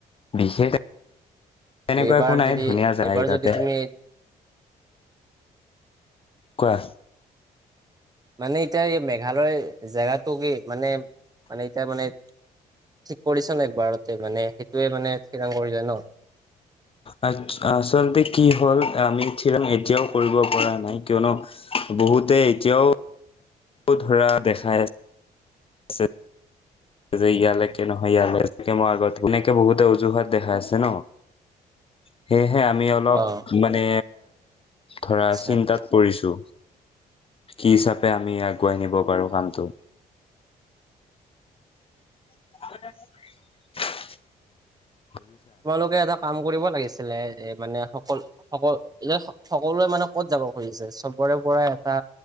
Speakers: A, on the left; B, on the right.
A: বিশেষ তেনেকুৱা
B: এইবাৰ
A: একো নাই
B: যদি
A: ধুনীয়া যায়
B: এইবাৰ
A: তাতে
B: যদি তুমি
A: কোৱা,
B: মানে এতিয়া এই মেঘালয় জেগাটোকে মানে-মানে এতিয়া মানে ঠিক কৰিছে ন একবাৰতে মানে সেইটোৱে মানে থিৰাং কৰিছে ন।
A: আ আচলতে কি হল আমি থিৰাং এতিয়াও কৰিব পৰা নাই কিয়নো বহুতে এতিয়াও ধৰা দেখাই আছে। যে ইয়ালৈকে নহয় ইয়ালৈকে মই আগতে এনেকে বহুতে অজুহাত দেখা আছে ন, সেইয় হে আমি অলপ
B: অ',
A: মানে ত <unintelligible> ধৰা
B: আচ্ছা।
A: চিন্তাত পৰিছো। কি হিচাপে আমি আগুৱাই নিব পাৰো কামটো। <inaudible>
B: তোমালোকে এটা কাম কৰিব লাগিছিলে। মানে সকল-সকল-সকলোৱে মানে ক'ত যাব খুজিছে চবৰে পৰা এটা